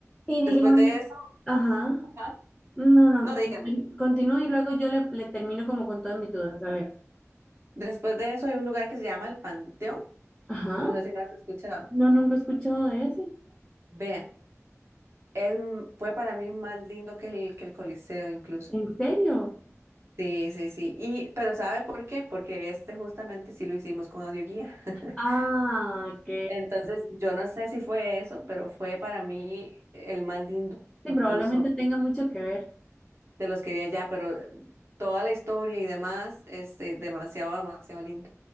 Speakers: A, in the centre; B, on the right (about 55°).
A: Y dígame,
B: Después de eso,
A: ajá.
B: Ajá.
A: No, no.
B: no, dígame.
A: continú- Continúe y luego yo le, le termino como con todas mis dudas. A ver.
B: Después de eso hay un lugar que se llama el Panteón,
A: Ajá.
B: no sé si lo has escuchado.
A: No, nunca he escuchado de ese.
B: Vea, es, m- fue para mí más lindo que el, que el Coliseo incluso.
A: ¿En serio?
B: Sí, sí, sí. Y, pero ¿sabe por qué? Porque este justamente sí lo hicimos con audioguía. <laughs>
A: Ah, ok.
B: Entonces, yo no sé si fue eso, pero fue para mí el más lindo,
A: Sí,
B: incluso.
A: probablemente tenga mucho que ver.
B: de los que vi allá, pero toda la historia y demás, este, demasiado, demasiado lindo.